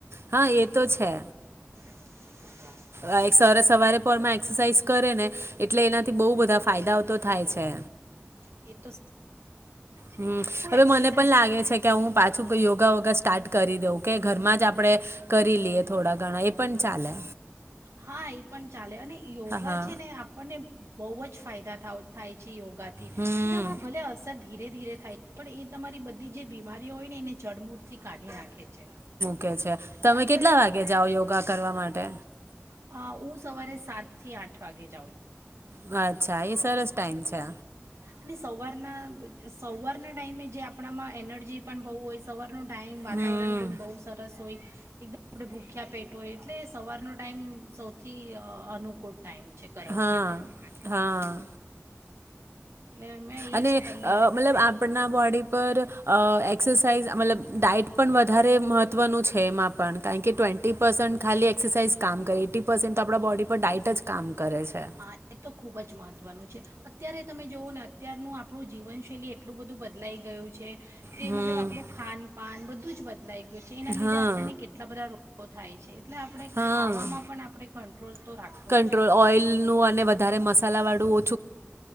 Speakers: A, on the right; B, on the right.
A: હા, એ તો છે.
B: હ.
A: આ એક સવારે સવારે પોરમાં એક્સરસાાઈઝ કરે ને એટલે એનાથી બોઉ બધા ફાયદાઓ તો થાય છે.
B: એત
A: હમ. હવે
B: એક્સરસાઇઝ
A: મને પણ લાગે
B: તો
A: છે કે હું પાછું કંઈ યોગા વોગા સ્ટાર્ટ કરી દવ કે ઘરમાં જ આપણે કરી લઈએ થોડા ઘણા એ પણ ચાલે.
B: હા, એ પણ ચાલે અને યોગા
A: હા
B: છે ને આપણને બોઉ જ ફાયદા થાવ-થાય છે. યોગાથી.
A: હમ
B: એનામાં ભલે અસર ધીરે ધીરે થાય પણ એ તમારી બધી જે બીમારીઓ હોય ને એને જડમૂળથી કાઢી નાખે છે.
A: કે છે. તમે
B: એ આપણે
A: કેટલા વાગે જાઓ યોગા કરવા માટે?
B: અ ઉં સવારે સાત થી આઠ વાગે જાઉં
A: હા, અચ્છા એ સરસ ટાઈમ છે.
B: અને સવારના, સવારના ટાઈમે જે આપણામાં એનર્જી પણ બહુ હોય સવારનું ટાઈમ વાતાવરણ
A: હમ
B: પણ બહુ સરસ હોય. એકદમ આપ ભૂખ્યા પેટ હોય, એટલે સવારનો ટાઈમ સૌથી અનુકૂળ. ટાઈમ છે કરવા
A: હા
B: માટે.
A: હા
B: એટલે મેં એ
A: અને
B: જ તમને
A: મતલબ આપણા બોડી પર એક્સરસાઇઝ મતલબ ડાઇટ પન વધારે મહત્વ નું છે એમા પન કાન કે ટ્વેન્ટી પરસેટ એક્સરસાઇઝ કામ કરે એટી પર્સન્ટ તો આપણા બોડી પર ડાઇટ જ કામ કરે છે
B: હા, એ તો ખુબ જ મહત્વનું છે. અત્યારે તમે જોઓ ને અત્યારનું આપણું જીવનશૈલી એટલું બધું બદલાઈ ગયું છે. કે
A: હમ
B: મતલબ આપણું ખાન, પાન બધ ું જ બદલાય. જો છે એના લધે
A: હા
B: આપણને કેટલા બધા રો. તો થાય છે. એટલે આપણે
A: હા
B: ખાવામાં પણ આપણે કંટ્રોલ તો રાખવો
A: કંટ્રોલ
B: જ જોઈએ.
A: ઓઇલનું અને વધારે મસાલા વાળું.